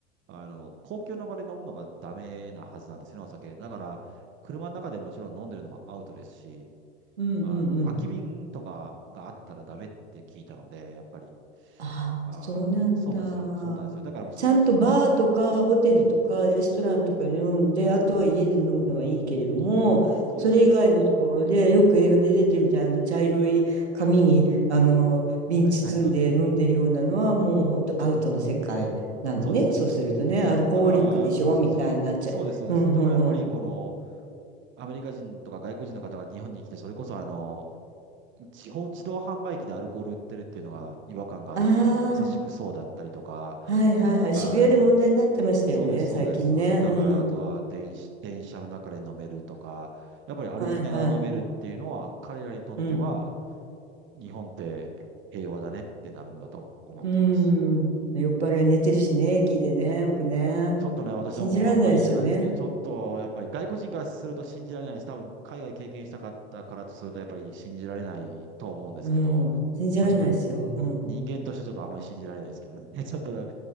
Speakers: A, on the right; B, on the right.
A: あの、公共の場で飲むのがダメなはずなんですよね、お酒。だから、車の中でもちろん飲んでるのもアウトですし、
B: うんうんうん。
A: あの、空き瓶とかがあったらダメって聞いたので、やっぱり。
B: ああ、
A: あー、
B: そうなんだ。
A: そうなんですよ。そうなんですよ。だからもうその時、
B: ちゃんとバーとかホテルとかレストランとかで飲んで、
A: うん、
B: あとは家で飲むのはいいけれども、
A: もちろんです。そうです、
B: それ以外のところでよく映画で出てるみたいな茶色い紙にあの瓶包んで飲んでるようなのはもう本当アウトの世界なのね。
A: そうです。はい、そうです。そうです、そうです。
B: そうするとね、アルコーリックでしょみたいになっちゃう。
A: だから、そうです、そうです。そうです、そうです。
B: うんうんうん。
A: だからやっぱりこの、アメリカ人とか外国人の方が日本に来て、それこそあの、地方自動販売機でアルコール売ってるっていうのが違和感があるっていうのは、
B: あ
A: まさしくそうだったりとか、
B: あ、はいはいはい。
A: あの、
B: 渋谷で問題になってましたよね、
A: そうです、そうです、
B: 最近ね。
A: そうです。だから、
B: うん。
A: あとは電子、電車の中で飲めるとか、やっぱり歩きながら飲めるっていうのは、
B: はいはい。
A: 彼らにとっては、
B: うん。
A: 日本って平和だねってなるんだと思ってます。
B: うん。
A: うん、
B: 酔っ払い寝てるしね、駅でね、よくね。
A: ちょっとね、私はもうあんまり嫌なんですけど、
B: 信じられないですよね。
A: ちょっとやっぱり外国人からすると信じられないし、多分海外経験したかったからとすると、やっぱり信じられないと思うんですけど、
B: うん。信じられないですよ。
A: まあちょっと、うん、
B: うん。
A: 人間としてちょっとあんまり信じられないですけどね。<laughs> ちょっと、